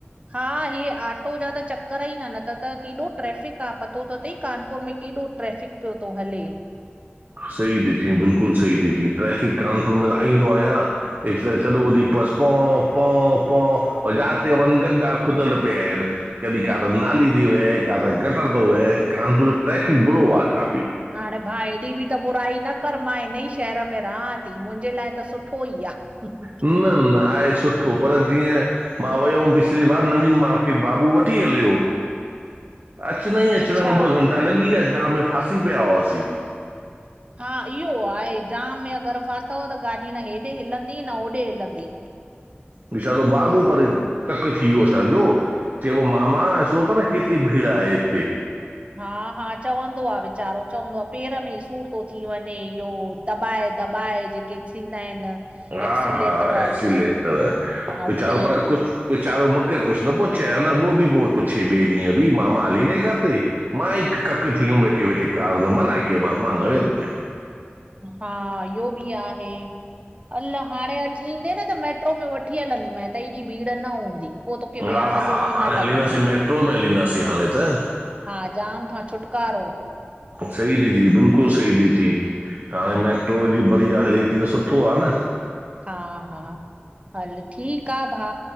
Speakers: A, on the right; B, on the right.
A: हा हीअ आ अटो जा त चक्कर ई न, न त केॾो ट्रैफ़िक आहे पतो त अथई कानपुर में केॾो ट्रैफ़िक पियो थो हले।
B: सही दीदी, बिल्कुलु सही दीदी, ट्रैफ़िक कानपुर में त ईंदो आहियां त सॼो ॾींहं बसि पो, पो, पो जाथे वन गदा खुदल पिया आहिनि। कॾहिं काॾे नाली थी वहे, काॾो गटर थो वहे, कानपुर जो ट्रैफिक बुरो आहे काफ़ी।
A: हाणे भाउ हेॾी बि त बुराई न कर मां हिन ई शहर में रहां थी मुंहिंजे लाइ त सुठो ई आहे। <inaudible>
B: न, न, आहे सुठो पर जीअं। मां वियो हुअुमि पिछली बार नवीन मार्किट बाबू वठी हलियो। अचणा ई अचण
A: अच्छा
B: में ॿ घंटा लॻी विया जाम में फासी पिया हुआसीं।
A: हा इहो आहे जाम में अगरि फ़ाथव त गाॾी न हेॾे हिलंदी न होॾे हिलंदी।
B: वीचारु बाबू पर कक थी वियो सॼो। चइबो मामा सचो तव केतिरी भीड़ आहे हिते।
A: हा, हा, चवंदो आ वीचारो चवंदो आ पेर में ई सूर थो थी वञे इहो। दॿाए दॿाए जेके थींदा आहिनि।
B: हा
A: एक्सीलेटर
B: हा एक्सीिलेटर,
A: इहे ऐं
B: वीचारो
A: ब्रेक
B: पर कुझु वचारो मूंखे कुछु न पो चिए। अञा पोइ बि पुछे ॿिए ॾींहं बि मामा हली न काथे। मां ई कक थी वियुमि वेठे, वेठे कार मना कयोमांस, मां न वेंदोम।
A: हा इहो बि आहे अल हाणे अची ईंदे न त मेट्रो में वठी वठी हलंदी मै त हे ॾींहुं भीड़ न हूंदी पो तोखे विहण
B: हा, हा
A: जो बि
B: हाणे
A: न
B: हलींदासीं
A: लॻंदई एॾो
B: मेट्रो में हलींदासीं हाणे त।
A: हा जाम खां छुटकारो।
B: सही थी चई बिल्कुलु सही थी चई हाणे
A: हा
B: मेट्रो जी बढ़िया हले थी त सुठो आहे न।
A: हा, हा, हल ठीकु आ भा